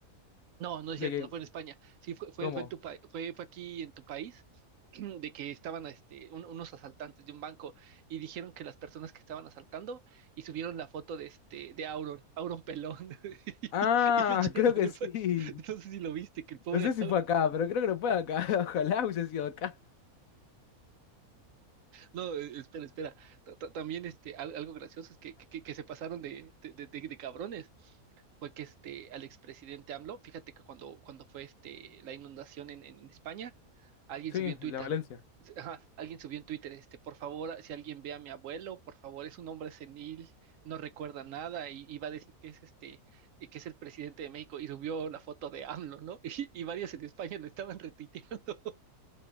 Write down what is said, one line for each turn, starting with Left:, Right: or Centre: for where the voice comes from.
Right: No, no es
Left: De
Right: cierto,
Left: que,
Right: no fue en España. Sí, fue, fue,
Left: ¿cómo?
Right: fue en tu pa- fue, fue aquí en tu país, <clears throat> de que estaban este, un- unos asaltantes de un banco y dijeron que las personas que estaban asaltando y subieron la foto de, este, de Auron, Auron Pelón, <laughs>
Left: Ah,
Right: y le echaron
Left: <laughs> creo
Right: la
Left: que
Right: culpa.
Left: sí.
Right: <laughs> No sé si lo viste, que el pobre
Left: No sé si fue acá, pero creo que no fue acá. <laughs> Ojalá hubiese sido acá.
Right: No, eh, espera, espera. Ta- ta- También este, al- algo gracioso es que, que, que se pasaron de, de, de, de- de cabrones. Fue que este, al expresidente AMLO, fíjate que cuando, cuando fue este, la inundación en, en España, alguien
Left: Sí,
Right: subió en Twitter.
Left: la Valencia.
Right: Ajá, alguien subió en Twitter, este, por favor, si alguien ve a mi abuelo, por favor, es un hombre senil, no recuerda nada, y, y va a decir que es este, eh, que es el presidente de México, y subió la foto de AMLO, ¿no? <laughs> Y, y varios en España lo estaban retuiteando.